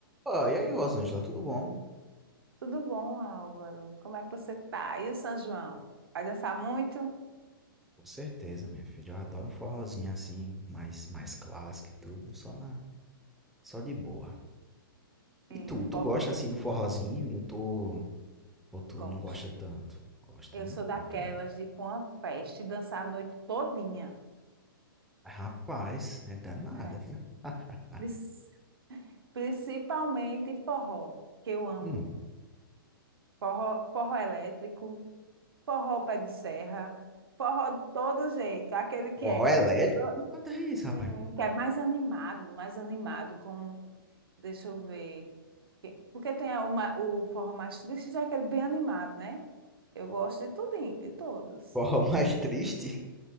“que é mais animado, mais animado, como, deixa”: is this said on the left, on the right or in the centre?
Right